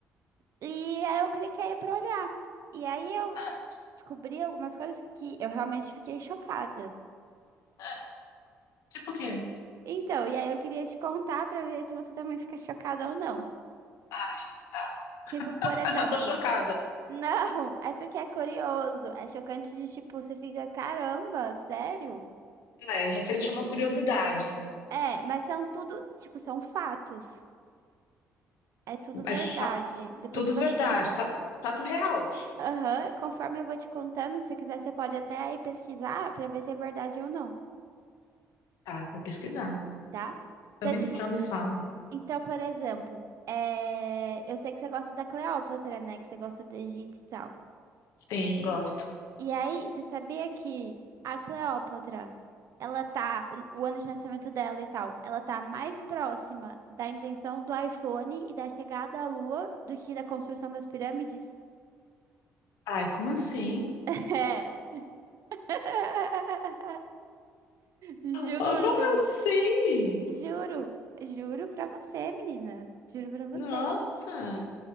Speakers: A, on the right (about 65°); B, on the left (about 85°).
A: E aí eu cliquei pra olhar. E aí eu
B: ah,
A: descobri algumas coisas que eu realmente fiquei chocada.
B: ah. Tipo o quê?
A: Então, e aí eu queria te contar pra ver se você também fica chocada ou não.
B: Ai, tá.
A: Tipo, por exemplo.
B: Ah, já tô chocada.
A: Não, é porque é curioso, é chocante de tipo, você fica, caramba, sério?
B: É, referente a uma curiosidade.
A: É, mas são tudo, tipo, são fatos. É tudo verdade.
B: Mas fa-
A: Depois
B: tudo
A: se você,
B: verdade, fa- fato real.
A: aham, conforme eu vou te contando, se você quiser, você pode até ir pesquisar pra ver se é verdade ou não,
B: Tá, vou pesquisar.
A: tá?
B: Então
A: Então,
B: me,
A: tipo,
B: então me fala.
A: então, por exemplo, é... eu sei que você gosta da Cleópatra, né? Que você gosta do Egito e tal.
B: Sim, gosto.
A: E aí, você sabia que a Cleópatra, ela tá, o, o ano de nascimento dela e tal, ela tá mais próxima da invenção do iPhone e da chegada à Lua do que da construção das pirâmides?
B: Ai, como assim?
A: <laughs> É. <laughs> Juro.
B: Ah, como assim?
A: Juro. Juro pra você, menina. Juro pra você.
B: Nossa,